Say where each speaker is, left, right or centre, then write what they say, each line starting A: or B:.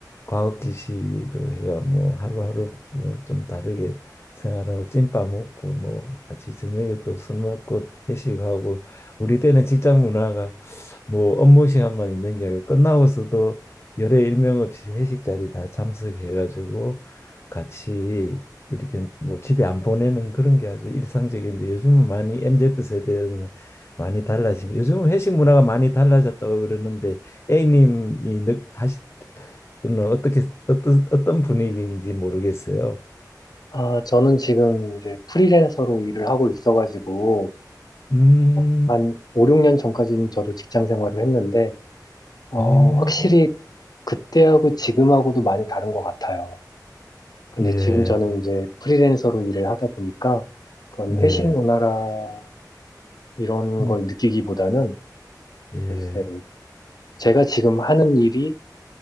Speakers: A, on the left; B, on the left.
A: 과업 지시로 해가 뭐 하루하루 뭐 좀 다르게 생활하고 찐밥 먹고 뭐 같이 저녁에 또 술 먹고 회식하고 우리 때는 직장 문화가 뭐 업무 시간만 있는 게 아니고 끝나고서도 열에 일명 없이 회식 자리 다 참석해가지고 같이 이렇게 뭐 집에 안 보내는 그런 게 아주 일상적인데 요즘은 많이 MZ 세대는 많이 달라진 요즘은 회식 문화가 많이 달라졌다고 그러는데 A님이 느, 하시 는 어떻게 어떤 어떤 분위기인지 모르겠어요.
B: 아, 저는 지금 이제 프리랜서로 일을 하고 있어가지고,
A: 음,
B: 어, 한 5, 6년 전까지는 저도 직장 생활을 했는데, 어,
A: 어,
B: 확실히 그때하고 지금하고도 많이 다른 것 같아요. 근데
A: 예,
B: 지금 저는 이제 프리랜서로 일을 하다 보니까 그런
A: 예,
B: 회식 문화라 이런
A: 음,
B: 걸 느끼기보다는
A: 예,
B: 글쎄요. 제가 지금 하는 일이